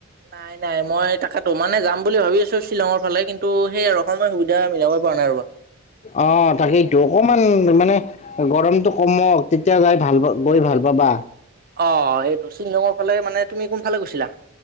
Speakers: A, on the right; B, on the left.
A: নাই নাই, মই তাকেতো মানে যাম বুলি ভাবি আছো শ্বিলঙৰ ফালে, কিন্তু সেই আৰু সময় সুবিধা মিলাব পৰা নাই ৰবা।
B: অ' তাকেইতো, অকমান মানে গৰমটো কমক। তেতিয়া যায়, ভাল পা গৈ ভাল পাবা।
A: অ' এইটো শ্বিলংৰ ফালে মানে তুমি কোনফালে গৈছিলা?